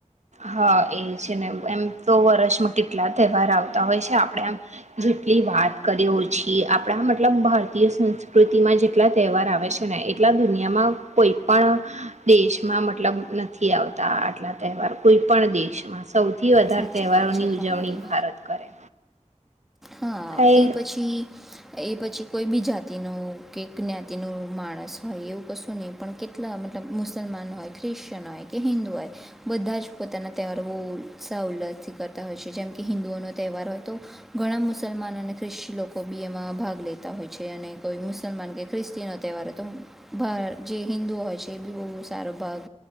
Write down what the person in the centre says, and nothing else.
સાચી
વાત છે તમારી
હા
એ પછી એ પછી કોઈ બી જાતિનું કે જ્ઞાતિ ન માણસ હોય એવું કશું નહીં પણ કેટલા મતલબ મુસલમાન હોય ખ્રિશ્ચયન હોય કે હિન્દુ હોય બધા જ પોતાના તહેવાર બહુ સાવલ્થી કરતા હોય છે જેમ કે હિન્દુઓનો તહેવાર હોય તો ઘણા મુસલમાન અને ખ્રિસ્તી લોકો બી એમાં ભાગ લેતા હોય છે અને કોઈ મુસલમાન કે ખ્રિસ્તીનો તહેવાર તો ભા જે હિન્ંદુઓ હોય છે એ બી બહુ સારો ભાગ